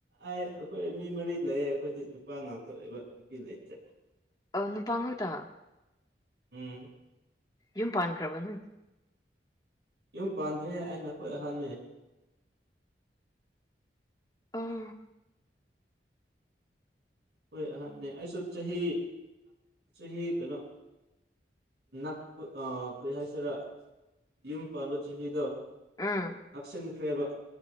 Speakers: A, on the right; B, on the left.
A: ꯑꯩꯈꯣꯏ ꯃꯤ ꯃꯔꯤ ꯂꯩꯌꯦ ꯑꯩꯈꯣꯏꯗꯤ ꯅꯨꯄꯥ ꯉꯥꯛꯇ ꯑꯣꯏꯕ ꯅꯨꯄꯤ ꯂꯩꯇ꯭ꯔꯦ
B: ꯑ ꯅꯨꯄꯥꯥꯉꯇ
A: ꯎꯝ
B: ꯌꯨꯝ ꯄꯥꯟꯈ꯭ꯔꯕ ꯅꯣꯏ
A: ꯌꯨꯝ ꯄꯥꯟꯗ꯭ꯔꯦ ꯑꯩ ꯅꯈꯣꯏ ꯑꯍꯟꯦ
B: ꯑꯥ
A: ꯍꯣꯏ ꯑꯍꯟꯅꯦ ꯑꯩꯁꯨ ꯆꯍꯤ ꯆꯍꯤ ꯀꯩꯅꯣ ꯅꯛꯄ ꯀꯩ ꯍꯥꯏꯁꯤꯔꯥ ꯌꯨꯝ ꯄꯥꯟꯕ ꯆꯍꯤꯗ
B: ꯎꯝ
A: ꯅꯛꯁꯤꯟꯈ꯭ꯔꯦꯕ